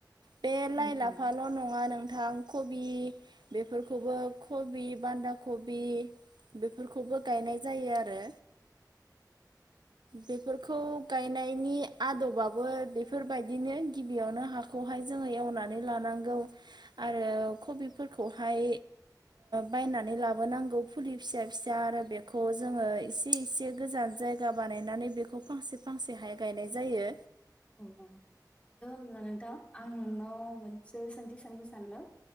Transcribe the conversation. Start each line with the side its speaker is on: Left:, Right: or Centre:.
Right: बे लाइ
Left: उम
Right: लाफाल'
Left: उम
Right: नङा नोंथां, कबि बेफोरखौबो कबि बान्दाकबि बेफोरखौबो गायनाय जायो आरो। बेफोरखौ गाइनायनि आदबाबो बेफोर बायदि बिदिनो गिबियावनो हाखौहाय जोङो एवनानै लानांगौ आरो कबिफोरखौहाय बायनानै लाबोनांगौ बिदिनो गिबिआवनो हाखौहाय जोंङो एवनानै लानांगौ आरो कबिफोरखौ हाय ओ बायनानै लाबोनांगौ फुलि फिसा फिसा आरो बेखौ जोङो एसे एसे गोजान जायगा बानायनानै बेखौ फांसे फांसेहाय गायनाय जायो।
Left: ओम दां होनब्ला नोंथां आं नोंनाव जयै सोंथि सानलु